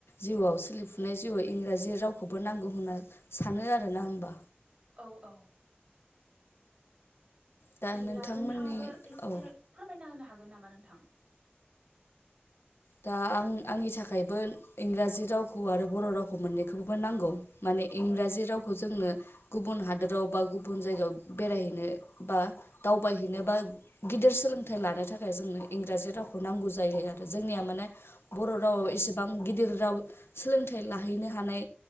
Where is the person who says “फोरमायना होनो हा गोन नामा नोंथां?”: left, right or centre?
Right